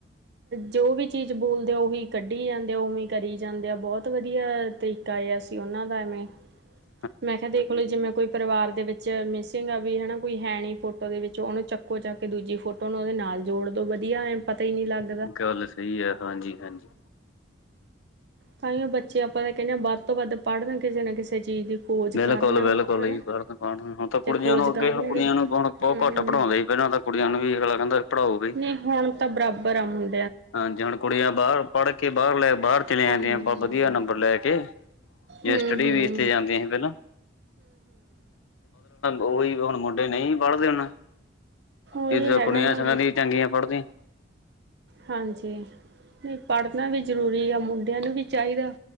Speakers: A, on the right (about 55°); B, on the left (about 85°).
A: ਜੋ ਵੀ ਚੀਜ਼ ਬੋਲਦੇ ਆ। ਉਹੀ ਕੱਢੀ ਜਾਂਦੇ ਆ। ਉਵੇਂ ਕਰੀ ਜਾਂਦੇ ਆ ਬਹੁਤ ਵਧੀਆ ਤਰੀਕਾ ਜਿਹਾ ਸੀ। ਉਹਨਾਂ ਦਾ ਐਵੇਂ
B: <inaudible>
A: ਮੈਂ ਕਿਹਾ ਦੇਖਲੋ ਜਿਵੇਂ ਕੋਈ ਪਰਿਵਾਰ ਦੇ ਵਿੱਚ ਮਿਸਿੰਗ ਆ ਵੀ ਹਨਾ ਕੋਈ ਹੈ ਨਹੀਂ ਫੋਟੋ ਦੇ ਵਿੱਚ ਉਹਨੂੰ ਚੱਕੋ ਚੱਕ ਕੇ ਦੂਜੀ ਫੋਟੋ ਉਨੂੰ ਉਦੇ ਨਾਲ ਜੋੜ ਦੋ ਵਧੀਆ ਏ ਪਤਾ ਹੀ ਨੀ ਲੱਗਦਾ
B: ਗਲ ਸਹੀ ਏ ਹਾਂਜੀ-ਹਾਂਜੀ
A: ਤਾਂਹੀ ਬੱਚੇ ਆਪਾਂ ਤਾਂ ਕਹਿੰਨੇ ਆ ਵੱਧ ਤੋਂ ਵੱਧ ਪੜ੍ਹਨਗੇ ਜਿਵੇਂ ਕਿਸੇ ਚੀਜ਼ ਦੀ ਖੋਜ
B: ਬਿਲਕੁਲ-ਬਿਲਕੁਲ
A: ਕਰਨ ਹਨਾ।
B: ਜੀ ਬੜ ਪਾਣ ਹੁਣ ਤਾਂ ਕੁੜੀਆਂ
A: ਜੇ ਖੋਜ
B: ਨੂੰ
A: ਕਰਨਗੇ
B: ਅੱਗੇ ਹੁਣ ਕੁੜੀਆਂ
A: ਹੂੰ
B: ਨੂੰ ਹੁਣ ਬਹੁਤ ਘੱਟ ਪੜਾਉਂਦੇ ਸੀ ਪਹਿਲਾਂ ਤਾਂ ਕੁੜੀਆਂ ਨੂੰ ਵੀ ਅਗਲਾ ਕਹਿੰਦਾ ਪੜਾਓ
A: ਨਹੀਂ ਹੁਣ ਤਾਂ ਬਰਾਬਰ ਆ ਹੁਣ
B: ਹਾਂਜੀ ਹੁਣ ਕੁੜੀਆਂ ਬਾਹਰ ਪੜ੍ਹ ਕੇ ਬਾਹਰ ਲੈ ਬਾਹਰ ਚਲੀਆਂ
A: ਹਾਂ
B: ਜਾਂਦੀਆਂ
A: ਹੂੰ-ਹੂੰ,
B: ਪਰ ਵਧੀਆ ਨੰਬਰ ਲੈ ਕੇ ਜਾਂ
A: ਹੂੰ-ਹੂੰ
B: ਸਟੱਡੀ ਬੇਸ ਤੇ ਜਾਂਦੀਆਂ ਸੀ ਪਹਿਲਾਂ ਉਹੀ ਹੁਣ ਮੁੰਡੇ ਨਹੀਂ ਪੜ੍ਹਦੇ ਹੁਣ
A: ਉਹੀ
B: ਦੂਜਾ
A: ਹੈਗਾ
B: ਕੁੜੀਆਂ
A: ਨਾ
B: ਸਗੋ ਦੀ ਚੰਗੀਆਂ ਪੜ੍ਹਦੀਆਂ
A: ਹਾਂਜੀ, ਪੜ੍ਹਨਾ ਵੀ ਜ਼ਰੂਰੀ ਆ ਮੁੰਡਿਆਂ ਨੂੰ ਵੀ ਚਾਹੀਦਾ